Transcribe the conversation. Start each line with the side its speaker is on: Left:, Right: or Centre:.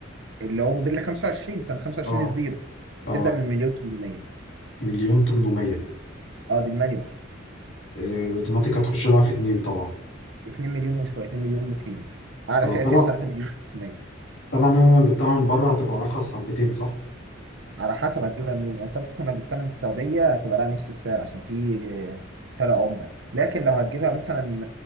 Right: اللي هو موديل 25 سنه 25
Left: اه
Right: الزيرو
Left: اه
Right: تبدا من مليون 800
Left: مليون 800
Right: اه دي المانيوال
Left: آه، الأوتوماتيك هتخش لها في اتنين طبعا
Right: 2 مليون وشويه 2 مليون 200 اعلى
Left: طب-
Right: فئه
Left: طبعا
Right: فئه 3 مليون 500
Left: طبعا أنا لو جبتها من بره هتبقى أرخص حبتين صح؟
Right: على حسب هتجيبها منين يعني انت مثلا لو جبتها من السعودية هتبقى لها نفس السعر عشان في آه، فرق عملة لكن لو هتجيبها مثلا